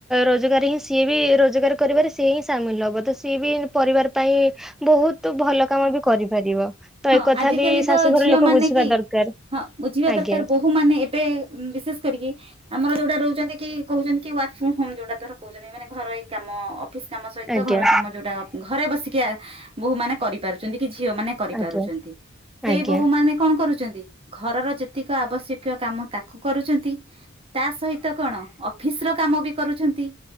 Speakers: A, in the centre; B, on the right.
A: ରୋଜଗାର ହିଁ ସିଏ ବି ରୋଜଗାର କରିବାରେ ସି ହିଁ। ସାମିଲ ହବ ତ ସିଏ ବି ପରିବାର ପାଇଁ ବହୁତ ଭଲ କାମ ବି କରିପାରିବ। ତ
B: ହଁ
A: ଏକଥା
B: ଆଜିକାଲି
A: ବି ଶାଶୁଘର
B: ତ ଝିଅ
A: ଲୋକ
B: ମାନେ
A: ବୁଝିବା
B: କି
A: ଦରକାର
B: ହଁ ବୁଝିବା
A: ଆଜ୍ଞା
B: ଦରକାର ବୋହୂ ମାନେ ଏବେ ବିଶେଷ କରିକି ଆମର ଯୋଉଟା ରହୁଛନ୍ତି କି କହୁଛନ୍ତି। କି ୱାର୍କ ଫ୍ର ହୋମ ଯୋଉଟାର କହୁଛନ୍ତି ମାନେ ଘରଇ କାମ। ଅଫିସ୍ କାମ ସହିତ
A: ଆଜ୍ଞା
B: ଘର କାମ ଯୋଉଟା ଘରେ ବସିକି ଆ ବୋ ମାନେ କରିପାରୁଛନ୍ତି କି ଝିଅମାନେ ପଛନ୍ତି
A: ଆଜ୍ଞା
B: ସେଇ
A: ଆଜ୍ଞା
B: ବୋହୂ ମାନେ କଣ କରୁଛ ଘରର ଯେତିକି ଆବଶ୍ୟକୀୟ କାମ ତାକୁ କରୁଛନ୍ତି ତା ସହିତ କଣ ଅଫିସର କାମ ବି କରୁଛନ୍ତି।